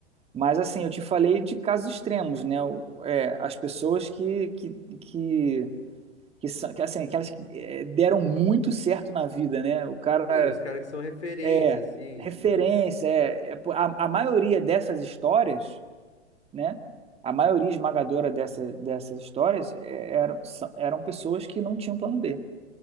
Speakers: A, on the right; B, on the left.
A: Mas assim, eu te falei de casos extremos, né? O- é, as pessoas que, que, que que são que, assim, aquelas que é, deram muito certo na vida, né? O cara
B: Sim, os caras que são referência,
A: é
B: assim,
A: referência,
B: tipo.
A: é, é a, a, maioria dessas histórias, né? A maioria esmagadora dessa, dessas histórias é, eram, são, eram pessoas que não tinham plano B,